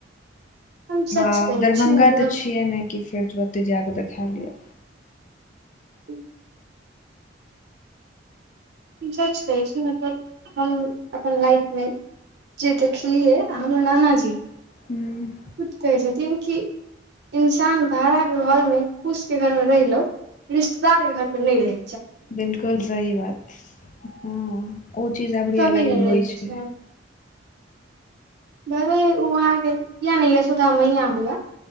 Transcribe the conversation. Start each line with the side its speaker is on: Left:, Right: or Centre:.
Right: हम सच
Left: हाँ
Right: कहै
Left: दरभंगा
Right: छी मतलब
Left: तऽ छियै ने कि फेर आओतै देखा लिअ।
Right: ह्म। <inaudible> हम सच कहै छी ना मतलब हम अपन लाइफमे जी देखलियै आ हमर नाना जी
Left: हूँ।
Right: खुद कहै छथिन कि इंसान भाड़ा के घर मे फूश के घर मे रहिलौ रिश्तेदार के घर पे नै रहहि
Left: बिल्कुल सही बात छै ओ चीज आब रियलाइज
Right: कभी नहि रहैके
Left: होइ छै।
Right: चाही भले उ अहाँके किया नै यसोधा मैया हुए।